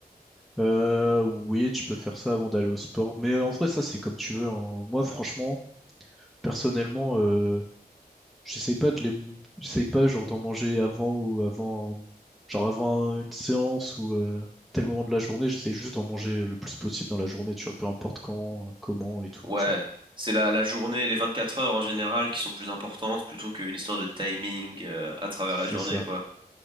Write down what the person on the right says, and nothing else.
Ouais,
c'est la, la journée, les 24 heures en général qui sont plus importantes plutôt qu'une histoire de timing, euh, à travers
la journée,
quoi.